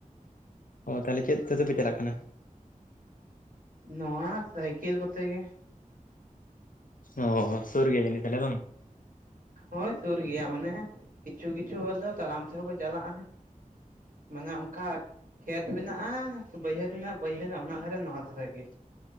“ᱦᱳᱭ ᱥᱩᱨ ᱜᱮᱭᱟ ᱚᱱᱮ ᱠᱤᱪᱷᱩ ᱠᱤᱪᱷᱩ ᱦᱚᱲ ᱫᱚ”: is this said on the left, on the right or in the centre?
Right